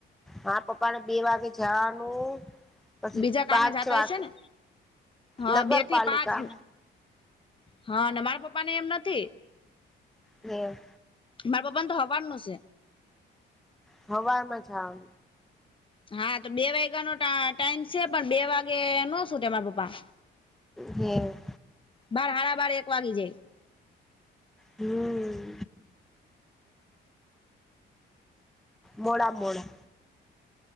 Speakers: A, in the centre; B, on the left (about 25°).
A: હા પપ્પા ને બે વાગે જાવાનું. પછી
B: બીજા કામે
A: પાંચ
B: જાતા
A: વાગે.
B: હશે ને હા
A: નગરપાલિકા.
B: બે થી પાંચ હા ને મારા પપ્પા ને એમ નથી.
A: એવું.
B: માર પપ્પા ને તો હવારનું સે.
A: હવારમાં જાવ.
B: હા તો બે વાગ્યાનો ટા ટાઈમ છે પણ બે વાગે નો શું તમારા પપ્પા.
A: હે.
B: બાર હાડા બાર એક વાગી જાય.
A: હમ્મ. મોડા મોડા.